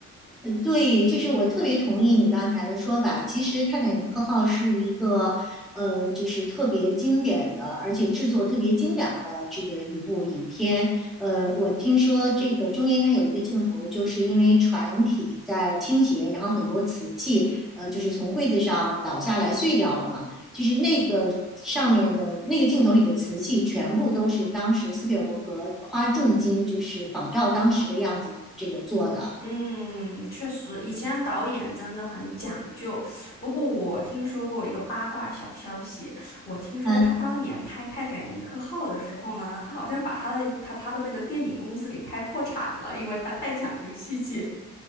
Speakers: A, in the centre; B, on the left.
A: 对，就是我特别同意你刚才的说法。其实《泰坦尼克号》是一个，呃，就是特别经典的，而且制作特别精良的这个一部影片。呃，我听说这个中间它有一个镜头，就是因为船体在倾斜，然后很多瓷器，呃，就是从柜子上倒下来碎掉了嘛。就是那个上面的那个镜头里的瓷器，全部都是当时斯皮尔伯格花重金，就是仿照当时的样子这个做的。
B: 嗯，确实，以前导演真的很讲究。不过我听说过一个八卦小消息，我听说他当年拍《泰坦尼克号》的时候呢，
A: 嗯。
B: 他好像把他的他他的那个电影公司给拍破产了，因为他太讲究细节。